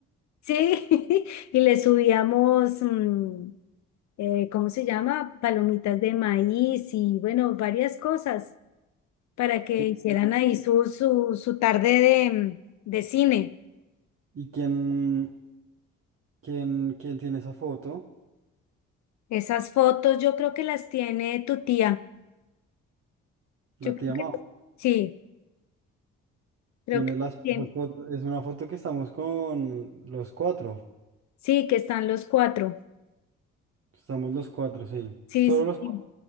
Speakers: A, on the left; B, on the right.
A: sí, <laughs> y le subíamos, mm, eh, ¿cómo se llama? Palomitas de maíz y bueno, varias cosas para que
B: ¿Qui-
A: hicieran ahí su, su, su tarde de, mm, de cine.
B: ¿Y quién, quién, quién tiene esa foto?
A: Esas fotos yo creo que las tiene tu tía.
B: La
A: Yo creo
B: tía Mau.
A: que sí. Creo
B: Tienes
A: que
B: las,
A: bien.
B: las fotos. Es una foto que estamos con los cuatro.
A: Sí, que están los cuatro.
B: Estamos los cuatro, sí.
A: Sí,
B: Solo
A: sí,
B: los cuatro.
A: sí.